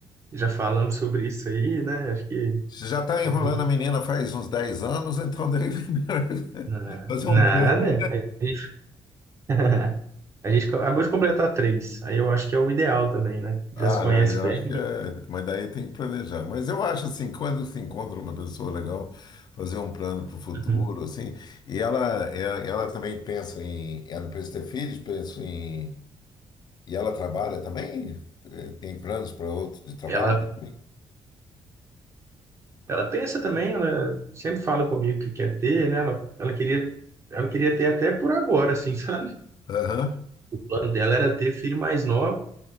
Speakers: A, on the right; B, on the left.
A: já falamos sobre isso aí, né, acho que...
B: Você já está enrolando
A: a gente
B: a menina faz uns 10 anos, então deve <laughs>
A: Na-
B: fazer
A: Nada.
B: um plano.
A: A gente, <laughs> a gente acabou de completar três. Aí eu acho que é o ideal também, né? Já
B: Ah,
A: se conhece
B: não, eu
A: bem.
B: acho que é. Mas daí tem que planejar. Mas eu acho assim, quando se encontra uma pessoa legal, fazer um plano para o futuro,
A: Uhum.
B: assim, e ela, ela, ela também pensa em. Ela pensa em ter filhos, pensa em. E ela trabalha também? Eh, Tem planos para outro de trabalho
A: Ela,
B: também?
A: ela pensa também, ela sempre fala comigo que quer ter, né? Ela, ela queria, ela queria ter até por agora, assim, <laughs> sabe?
B: Aham.
A: O plano dela era ter filho mais nova.